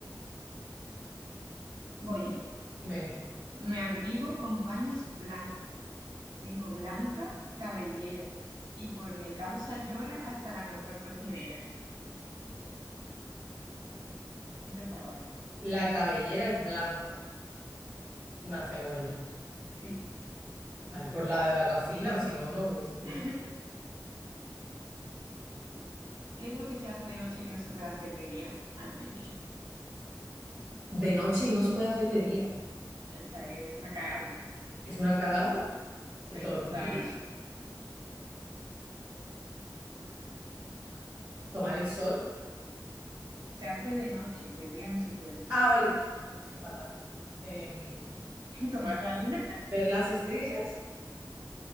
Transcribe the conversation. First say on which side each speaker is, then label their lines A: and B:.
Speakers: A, on the right; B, on the right.
A: voy, ¿eh?
B: Venga.
A: Me abrigo con paños blancos. Tengo blanca cabellera. Y por mi causa llora hasta la mejor cocinera. Esto está guay.
B: La cabellera es blanca Una cebolla,
A: Sí.
B: ¿vale? Por la de la cocina, si no, no lo hubiese pillado.
A: <laughs> ¿Qué es lo que se hace de noche que no se puede hacer de día? Madre mía,
B: De noche y no se puede hacer de día.
A: esta es una cagada.
B: Es una cagada.
A: Sí,
B: eh, Dormir,
A: en plan,
B: ah, tomar el sol.
A: se hace de noche, de día no se puede.
B: Ah, vale, <laughs> estoy fatal. Em,
A: <laughs> ¿Tomar la luna?
B: ver las estrellas,